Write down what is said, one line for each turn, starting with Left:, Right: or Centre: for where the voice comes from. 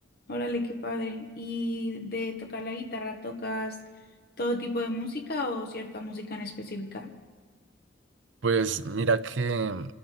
Left: Órale, qué padre. ¿Y de tocar la guitarra, tocas todo tipo de música o cierta música en específica?
Right: Pues mira que